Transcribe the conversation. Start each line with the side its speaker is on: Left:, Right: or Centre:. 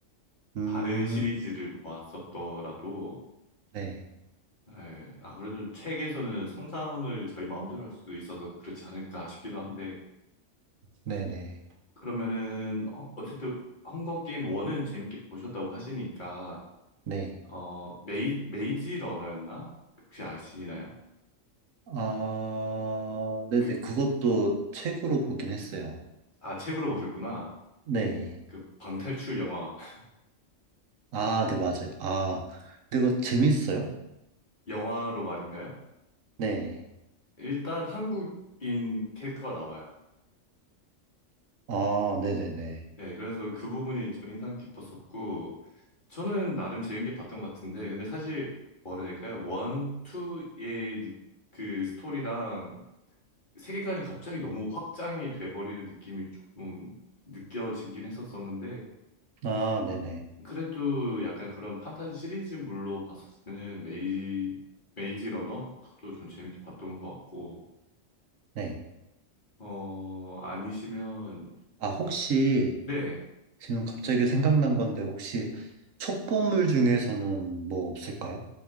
Right: 음,
Left: 다른 시리즈를 보았었더라도
Right: 네,
Left: 네, 아무래도 책에서는 상상을 저희 마음대로 할 수도 있어서 그렇지 않을까 싶기도 한데,
Right: 네네, 네.
Left: 그러면은, 어, 어쨌든, 헝거 게임 1은 재밌게 보셨다고 하시니까,
Right: 네.
Left: 어, 메이, 메이지 러너였나? 혹시 아시나요?
Right: 아, 네네.
Left: 그,
Right: 그것도 책으로 보긴 했어요.
Left: 아, 책으로 보셨구나.
Right: 네.
Left: 그 방탈출 영화, <laughs>
Right: 아, 네, 맞아요. 아, 근데 그거 재밌어요?
Left: 영화로 말인가요?
Right: 네.
Left: 일단 한국인 캐릭터가 나와요.
Right: 아, 네네네.
Left: 네, 그래서 그 부분이 좀 인상 깊었었고, 저는 나름 재밌게 봤던 것 같은데, 근데 사실 뭐라 해야 될까요? 원, 투의 느- 그 스토리랑 세계관이 갑자기 너무 확장이 돼버리는 느낌이 조금 느껴지긴 했었었는데,
Right: 아, 네네.
Left: 그래도 약간 그런 판타지 시리즈물로 봤을 때는 메이, 메이지 러너? 그것도 좀 재밌게 봤던 것 같고,
Right: 네.
Left: 어, 아니시면,
Right: 아, 혹시
Left: 네,
Right: 지금 갑자기 생각난 건데, 혹시 첩보물 중에서는 뭐 없을까요?